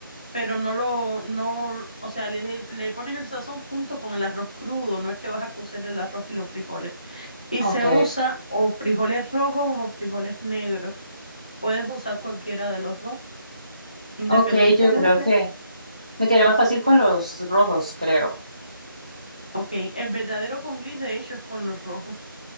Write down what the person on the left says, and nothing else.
pero no lo, no, o sea, le, le pones el sazón junto con el arroz crudo, no es que vas a cocer el arroz y los frijoles. Y
se usa o frijoles rojos o frijoles negros. Puedes usar cualquiera de los dos, independientemente.
Ok, el verdadero con gris de hecho es con los rojos.